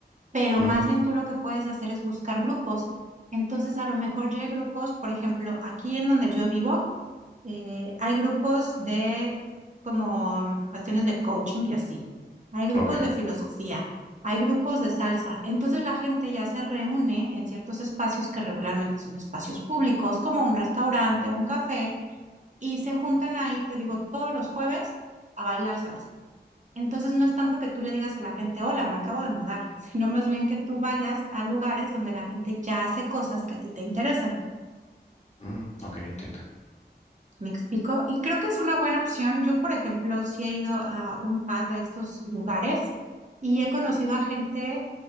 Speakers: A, on the right (about 45°); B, on the left (about 40°).
A: pero
B: ujú.
A: más bien tú lo que puedes hacer es buscar grupos. Entonces, a lo mejor ya hay grupos, por ejemplo, aquí en donde yo vivo, eh, hay grupos de como mm, cuestiones de coaching y así. Hay grupos
B: Ok,
A: de filosofía, hay grupos de salsa. Entonces la gente ya se reúne en ciertos espacios que regularmente son espacios públicos, como un restaurante, un café, y se juntan ahí, te digo, todos los jueves a bailar salsa. Entonces no es tanto que tú le digas a la gente, hola, me acabo de mudar, sino más bien que tú vayas a lugares donde la gente ya hace cosas que a ti te interesan.
B: ujú, ok, entiendo.
A: ¿Me explico? Y creo que es una buena opción. Yo, por ejemplo, sí he ido a un par de estos lugares y he conocido a gente